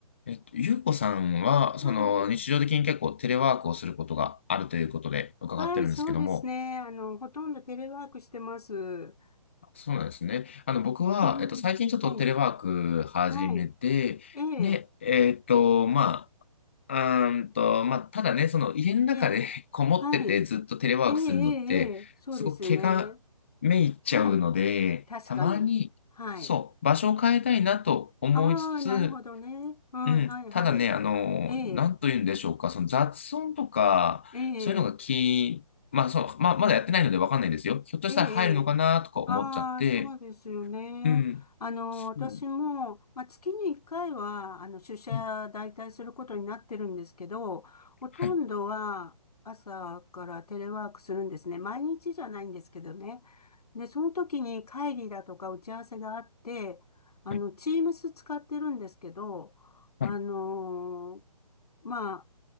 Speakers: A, on the left (about 20°); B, on the left (about 80°).
A: えっと、ゆうこさんは、
B: はい。
A: その日常的に結構テレワークをすることがあるということで伺ってるんですけども、
B: はい、そうですね。あの、ほとんどテレワークしてます。う
A: そうなんですね。あの、僕は、
B: ん。
A: えっと、最近ちょっとテレワーク始めて、
B: ええ。はい。ええ。
A: で、えっと、まあ、うーんと、まあ、ただね、その家の中で
B: ええ。
A: <laughs> こもっててずっとテレワークするのって、
B: はい。ええ、ええ、ええそうですよね。
A: すごく毛がめいっちゃうので、
B: はい。確かに。
A: たまに、
B: はい。
A: そう、場所を変えたいなと思いつつ、
B: ああ、なるほどね。うん、
A: うん、
B: はい、
A: ただね、
B: はい。
A: あの、
B: ええ。
A: なんと言うんでしょうか、その雑音とか、
B: ええ。
A: そういうのが気、まあそう、まあ、まだやってないのでわかんないですよ。ひょっとしたら入るのかなとか思っちゃって、
B: ええ、ああ、そうですよね。
A: うん、
B: あの、
A: そう、
B: 私も、まあ、月に1回は、あの、出社代替することになってるんですけど、
A: うん、
B: ほとんどは朝からテレワークするんですね。
A: はい、
B: 毎日じゃないんですけどね。で、その時に会議だとか打ち合わせがあって、あの、
A: はい、
B: Teams 使ってるんですけど、あの、
A: はい、
B: まあ、